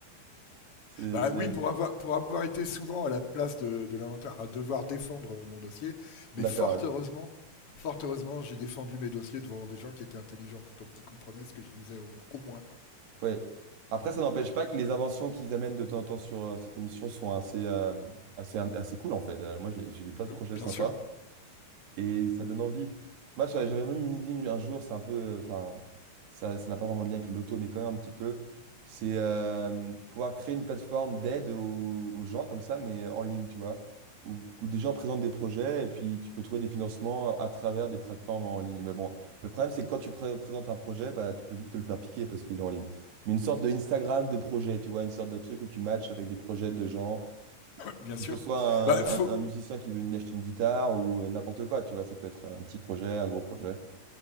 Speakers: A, on the right; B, on the left.
A: C'est,
B: bah
A: c'est-
B: oui, pour avoir, pour avoir été souvent à la place de, de l'inventeur, à devoir défendre mon dossier, mais
A: D'accord,
B: fort
A: ouais.
B: heureusement, fort heureusement, j'ai défendu mes dossiers devant des gens qui étaient intelligents, donc qui comprenaient ce que je disais au, au moins.
A: Ouais. Après, ça n'empêche pas que les inventions qu'ils amènent de temps en temps sur euh, cette émission sont assez, euh, assez, in- assez cool, en fait. Euh, moi, j'ai j'ai vu plein de projets
B: Euh, Bien
A: sympas.
B: sûr,
A: Et ça donne envie. Moi, j'a- j'avais même une idée un jour, c'est un peu. euh, Enfin, ça, ça n'a pas vraiment de lien avec le loto, mais quand même un petit peu. C'est euh, pouvoir créer une plateforme d'aide aux, aux gens comme ça, mais en ligne, tu vois. Où, où des gens présentent des projets et puis tu peux trouver des financements à travers des plateformes en ligne. Mais bon, le problème, c'est que quand tu pré- présentes un projet, bah, tu peux vite te le faire piquer parce qu'il est en ligne. Mais une sorte de Instagram de projet, tu vois, une sorte de truc où tu matches avec des projets de gens
B: bien sûr.
A: que ce soit un,
B: Bah, faut,
A: un- un musicien qui veut une- acheter une guitare ou euh, n'importe quoi, tu vois, ça peut être un petit projet, un gros projet.